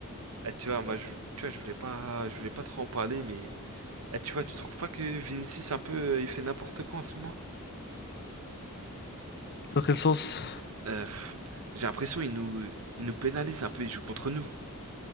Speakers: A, on the right; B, on the left.
A: eh, tu vois, moi, je, tu vois, je voulais pas, je voulais pas trop en parler, mais eh, tu vois, tu trouves pas que Vinicius un peu, euh, il fait n'importe quoi en ce moment?
B: Dans quel sens?
A: Euh, pff, j'ai l'impression qu'ils nous, ils nous pénalisent un peu, ils jouent contre nous.